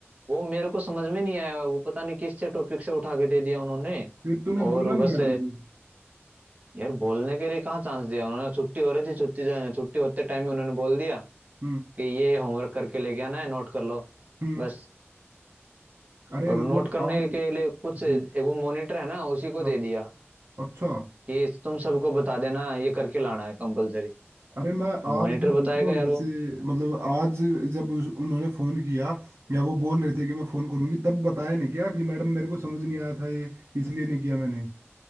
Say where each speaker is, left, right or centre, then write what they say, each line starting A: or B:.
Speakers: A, on the right (about 30°); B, on the right (about 65°).
A: वो मेरे को समझ में नहीं आया वो पता नहीं किस से टॉपिक से उठा के दे दिया उन्होंने
B: फिर तूने
A: और
B: बोला नहीं
A: बस
B: मैडम को
A: यार बोलने के लिए कहाँ चांस दिया उन्होंने छुट्टी हो रही थी छुट्टी जा- छुट्टी होते टाइम ही उन्होंने बोल दिया
B: हम्म
A: कि ये होमवर्क करके लेके आना है नोट कर लो
B: हम्म
A: बस
B: अरे
A: और
B: मतलब
A: नोट करने
B: आज
A: के लिए कुछ
B: हम्म
A: एक वो मॉनिटर है ना उसी को
B: हाँ
A: दे दिया
B: अच्छा
A: कि तुम सबको बता देना ये करके लाना है कंपलसरी
B: अरे मैं
A: मॉनिटर
B: आज भी
A: बताएगा
B: पूछ रहा हूँ
A: यार
B: जैसे
A: वो
B: मतलब आज जब उस- उन्होंने फोन किया या वो बोल रहे थे कि मैं फोन करूंगी तब बताया नहीं क्या कि मैडम मेरे को समझ नहीं आया था ये इसलिए नहीं किया मैंने